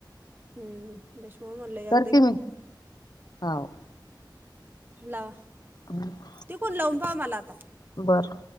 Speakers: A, on the right; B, on the left.
A: हम्म दशमा <unintelligible> म्हणल अग
B: ती मी हाव
A: लावा.
B: <inaudible>
A: तिकून लावून पाहा मला आता.
B: बरं.